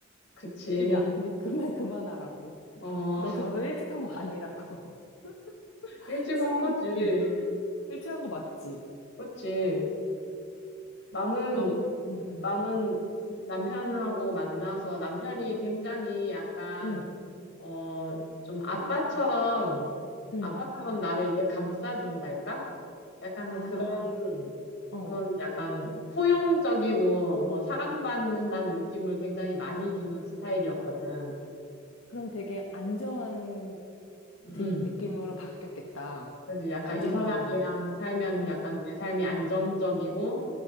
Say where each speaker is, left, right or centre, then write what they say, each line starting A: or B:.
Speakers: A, on the left; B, on the left.
A: 그치.
B: 근데 남편이 <laughs> 그만 그만하라고.
A: 어,
B: 너 결혼 일찍 한 거 아니라고. <laughs>
A: 일찍
B: 책임,
A: 한 거지.
B: 응. 일찍 한 거 맞지?
A: 그치. 나는,
B: 아무, 응, 응,
A: 나는 남편하고 만나서 남편이 굉장히 약간,
B: 응,
A: 어, 좀 아빠처럼,
B: 응.
A: 아빠처럼 나를 이렇게 감싸준달까? 약간
B: 아,
A: 그런,
B: 어.
A: 그런 약간 포용적이고, 뭐, 사랑받는다는 느낌을 굉장히 많이 주는 스타일이었거든.
B: 그럼 되게 안정한
A: 음.
B: 드, 느낌으로 바뀌었겠다.
A: 그지. 약간
B: 안정감
A: 이 사람이랑
B: 있는.
A: 살면
B: 응,
A: 약간 내 삶이 안정적이고,